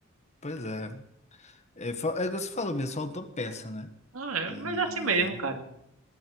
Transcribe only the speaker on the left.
pois é. É, fa- é o que você falou mesmo, faltou peça, né?
E